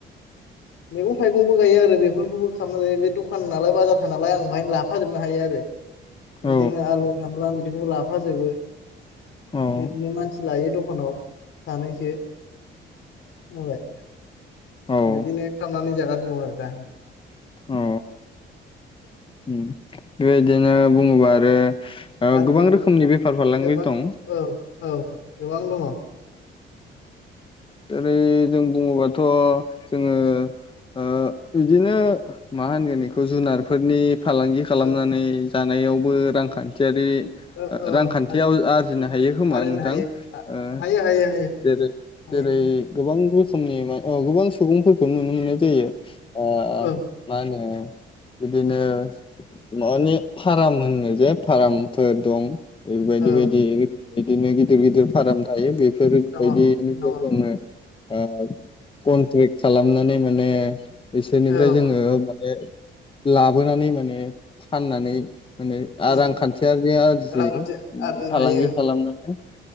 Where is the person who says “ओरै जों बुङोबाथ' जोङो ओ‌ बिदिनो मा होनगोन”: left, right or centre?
Left